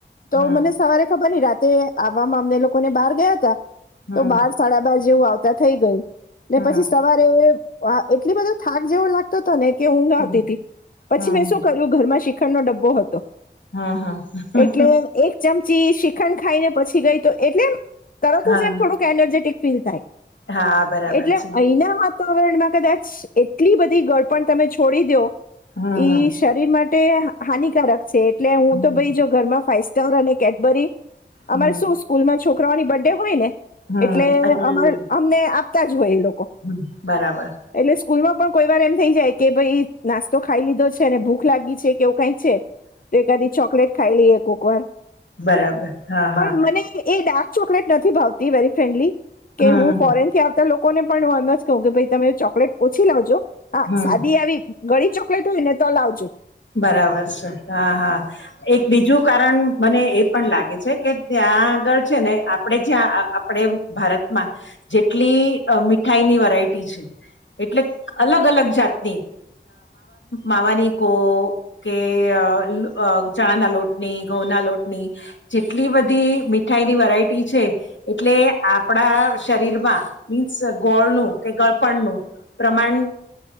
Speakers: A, on the left; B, on the left.
A: તો
B: હમ
A: મને સવારે ખબર ન રા તે આવવામાં અમને લોકોને બહાર ગયા હતા
B: હમ
A: તો બાર સાડા બાર જેવું આવતા થઈ ગયું. ને
B: હમ
A: પછી સવારે એટલી બધો થાક જેવો લાગતો હતો ને કે ઊંઘ
B: હમ
A: આવતી હતી પછી
B: હમ
A: મેં શું કર્યું ઘરમાં શ્રીખંડ નો ડબ્બો હતો.
B: હમ હમ
A: એટલે એક ચમચ પછી શ્રીખંડ ખાઈ ને પછી ગઈ તો એટલે એમ તરત
B: હા
A: જ એમ થોડુંક એનર્જેટિક ફીલ થાય.
B: હા બરાબર
A: એટલે
B: છે
A: અહીના વાતાવરણમાં કદાચ એટલી બધી ગળપણ તમે છોડી દો
B: હમ
A: ઈ
B: હમ
A: શરીર માટે હાનિકારક છે. એટલે હું
B: હમ
A: તો ભાઈ જો ઘરમાં ફાઈવ સ્ટાર અને કેડબરી
B: હમ
A: અમારે શું સ્કૂલમાં છોકરાઓની બર્થ ડે હોય ને
B: હમ
A: એટલે
B: એટલે
A: અ અમને આપતા જ હોય એ લોકો.
B: હમ બરાબર
A: એટલે સ્કૂલમાં પણ કોઈ વાર એમ થઈ જાય કે ભાઈ નાસ્તો ખાઈ લીધો છે અને ભૂખ લાગી છે કે કઈ છે તો એકાદી ચોકલેટ ખાઈ લઈએ કોક વાર.
B: બરાબર હા
A: પણ
B: હા
A: મને એ ડાર્ક ચોકલેટ નથી ભાવતી વેરી ફ્રેન્ડલી કે
B: હમ
A: હું
B: હમ
A: ફોરેનથી આવતા કોને પણ હ એમ જ કહું કે ભ તમે ચોકલેટ ઓછી લાવજો હા
B: હમ
A: સાદી આવી ઘણી ચોકલેટ હોય ને તો લાવજો.
B: બરાબર છે. હા હા એક બીજું કારણ મને એ પણ લાગે છે કે ત ત્યાં આગળ છે ને આપણે જ્યાં આપણે ભારતમાં જેટલી મીઠાઈ ની વેરાઈટી છે એટલે અલગ અલગ જાતની માવાની કો કે ચણા ના લોટની, ઘઉંના લોટની જેટલી બધી મિત મીઠાઈની વેરાયટી છે. એટલે આપણા શરીર માં મીન્સ ગોળનું કે ગ ગળપણ નું પ્રમાણ